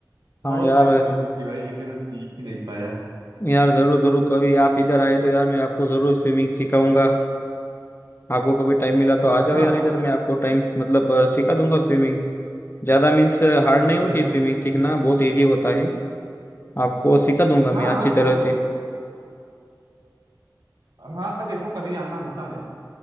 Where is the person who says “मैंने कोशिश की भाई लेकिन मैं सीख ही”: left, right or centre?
Right